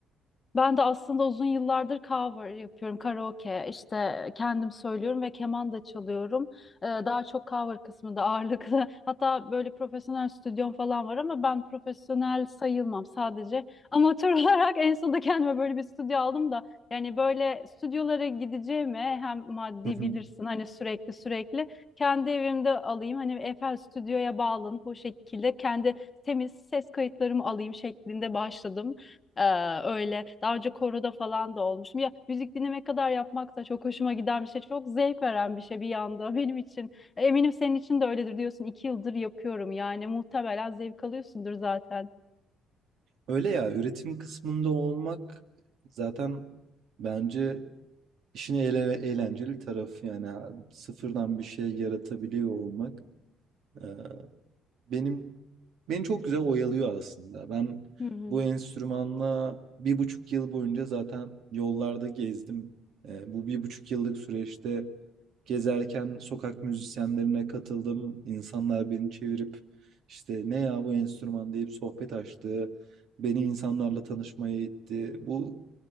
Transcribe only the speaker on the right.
<laughs>
Öyle ya üretim kısmında olmak zaten bence İşin ele eğlenceli tarafı yani ha- sıfırdan bir şey yaratabiliyor olmak e, benim beni çok güzel oyalıyor aslında. Ben
bu enstrümanla bir buçuk yıl boyunca zaten yollarda gezdim. E, bu bir buçuk yıllık süreçte gezerken sokak müzisyenlerine katıldım. İnsanlar beni çevirip işte ne ya bu enstrüman deyip sohbet açtı. Beni insanlarla tanışmaya itti. Bu